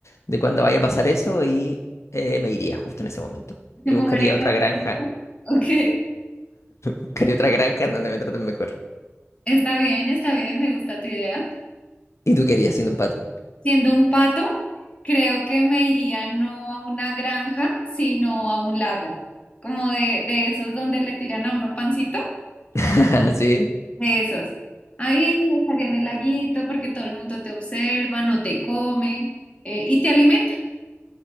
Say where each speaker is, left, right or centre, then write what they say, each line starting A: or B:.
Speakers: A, on the left; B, on the left.
A: de cuando vaya a pasar eso y eh, me iría justo en ese momento.
B: ¿te
A: Y
B: moverías
A: buscaría otra
B: a
A: granja,
B: Tailandia? Ok,
A: buscaría otra granja en donde me traten mejor.
B: está bien, está bien, me gusta tu idea.
A: Y tú querías siendo un pato.
B: Siendo un pato, creo que me iría no a una granja, sino a un lago. Como de, de esos donde le tiran a uno pancito,
A: <laughs> Sí,
B: de esos. Ahí estaría en el laguito porque todo el mundo te observa, no te come, eh, y te alimenta.